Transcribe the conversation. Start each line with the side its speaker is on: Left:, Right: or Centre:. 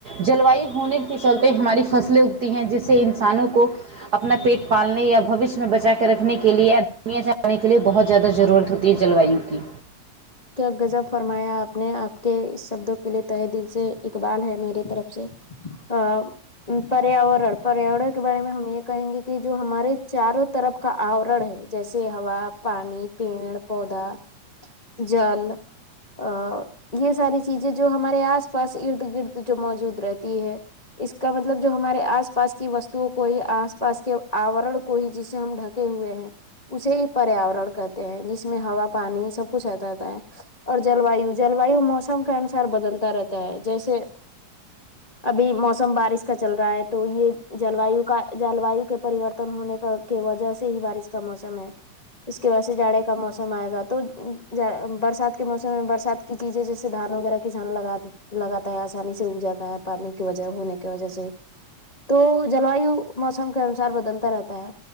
Right: جلوائی ہونے کے چلتے ہماری فصلیں اگتی ہیں جس انسانوں کو اپنا پیٹ پالنے یا بوشین بچا کے رکھنے کے لیے دنیا چلانے کے لیے بہت زیادہ ضرورت ہوتی ہے جلوائیوں کی
Left: کیا غضب فرمایا آپ نے آپ کے سبدوں کے لیے تہہ دل سے اقبال ہے میرے طرف سے عام پریواران پریواران کے بارے میں ہم یہ کہیں گے کہ جو ہمارے چاروں طرف کا آورڑ ہے جیسے ہوا، پانی، پیڑ، پودا جل آں یہ ساری چیزیں جو ہمارے آس پاس ارد گرد جو موجود رہتی ہے اس کا مطلب جو ہمارے آس آس پاس کی وستو کو ہی آس پاس کے آواران کو ہی جیسی ہم ڈھکے ہوئے ہیں اسے پریواران کہتے ہیں جس میں ہوا پانی سب کچھ آتا رہتا ہے اور جلوایو جلوایو موسم کے انوسار بدلتا رہتا ہے جیسے ابھی موسم بارش کا چل رہا ہے تو یہ جلوایوں کا جلوائی کے پریورتن ہونے کا کی وجہ سے ہی بارش کا موسم ہے اس کے واسطے سے جاڑے کا موسم آئیگا تو جانہ برسات کے موسم میں برسات کی چیزیں جیسے دھان وغیرہ کسان لگا دے لگاتا ہے آسانی سے اگ جاتا ہے پانی کی وجہ ہونے کی وجہ سے تو جلوائیوں موسم کے انوسار بدلتا رہتا ہے